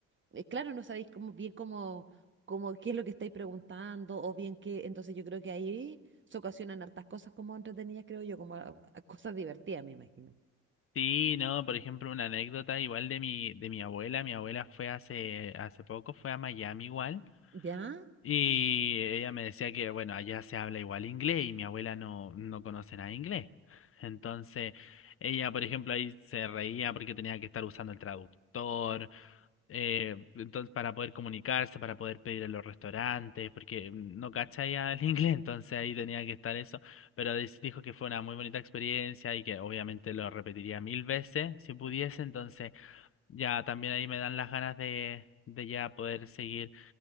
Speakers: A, on the right (about 25°); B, on the left (about 30°).
A: eh, claro, no sabéis cómo, bien cómo, cómo, qué es lo que estáis preguntando, o bien qué, entonces yo creo que ahí se ocasionan hartas cosas como entretenidas, creo yo, como a- a cosas divertidas, me imagino.
B: Sí, no, por ejemplo, una anécdota igual de mi, de mi abuela. Mi abuela fue hace, hace poco, fue a Miami igual.
A: ¿Ya?
B: Y ella me decía que, bueno, allá se habla igual inglés y mi abuela no, no conoce nada de inglés. Entonces, ella, por ejemplo, ahí se reía porque tenía que estar usando el traductor, eh, entonces, para poder comunicarse, para poder pedir en los restaurantes, porque no cacha ya el <laughs> inglés, entonces ahí tenía que estar eso. Pero dis- dijo que fue una muy bonita experiencia y que obviamente lo repetiría mil veces si pudiese. Entonces, ya también ahí me dan las ganas de, de ya poder seguir